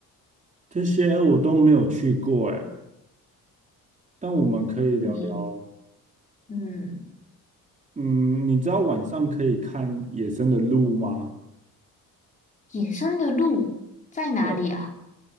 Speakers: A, on the right; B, on the left.
A: 这些我都没有去过哎，但我们可以聊聊。
B: 你嗯，
A: 嗯，你知道晚上可以看野生的鹿吗？
B: 野生的鹿在哪里啊？
A: 对，